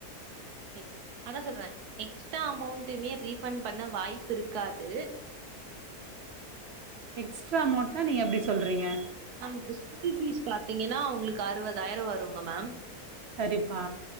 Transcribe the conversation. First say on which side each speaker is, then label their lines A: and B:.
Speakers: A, on the right; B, on the right.
A: எஸ் அதா சொல்றேன் எக்ஸ்ட்ரா அமௌண்ட்டுமே ரீஃபண்ட் பண்ண வாய்ப்புருக்காது
B: எக்ஸ்ட்ரா அமௌண்ட்னா நீங்க எப்டி சொல்றீங்க
A: மேம் ஸ்கூல் ஃபீஸ் பாத்தீங்கன்னா உங்களுக்கு அறுவதாயிரம் வருங்க மேம்
B: செரிப்பா